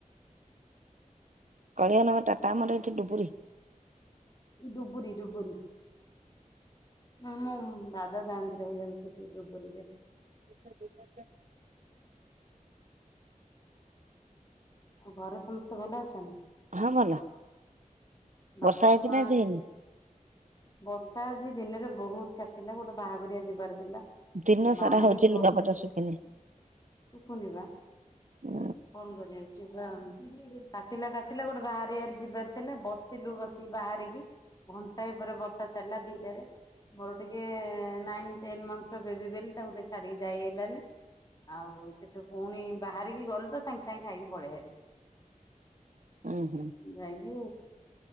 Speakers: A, on the right; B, on the left.
A: କଳିଙ୍ଗନଗର ଡାଟା ଆମର ଏଇଠି ଡୁବୁରି।
B: ଡ଼ୁବୁରୀ ଡୁବୁୁରୀ। ଆମ ଦାଦା ଯାଆନ୍ତି ରହିବାକୁ ସେଠି ଡ଼ୁବୁରିରେ।
A: ହଁ <inaudible>
B: ଆଉ ଘରେ ସମସ୍ତେ ଭଲ ଅଛନ୍ତି?
A: ହଁ ଭଲ
B: ବାପା
A: ବର୍ଷା ହେଇଚି
B: ମା
A: ନା ଆଜି
B: ଅଛନ୍ତି?
A: ହେଇନି?
B: ବର୍ଷା ଆଜି ଦିନରେ ବହୁତ କାଚିଲା ଗୋଟେ ବାହାଘରିଆ ଯିବାର ଥିଲା
A: ଦିନ
B: ବାହାରିକି
A: ସାରା ହଉଛି ଲୁଗାପଟା
B: ବସି
A: ଶୁଖିନି
B: <inaudible> ଶୁଭୁନି ବା।
A: ଉଁ
B: କଣ କରିବା ସିଏପା କାଚିଲା କାଚିଲା ଗୋଟେ ବାହାଘରିଆରେ ଯିବାର ଥିଲା ବ ସିଲୁ ବସିକି ବାହାରିକି ଘଣ୍ଟାଏ ପରେ ବର୍ଷା ଛାଡିଲା ଦିଇଟାରେ। ମୋର ଟିକେ ନାଇନ୍ ଟେନ୍ ମନ୍ଥର ବେବି ବୋଲି ତାକୁ ଟିକେ ଛାଡିକି ଯାଇ ହେଲାନି। ଆଉ ସେଠୁ ଫୁଣି ବାହାରିକି ଗଲୁ ତ ସାଙ୍ଗେ ସାଙ୍ଗେ ଖାଇକି ପଳେଇ ଆଇଲୁ।
A: ଉଁ ହୁଁ
B: ଯାଇକି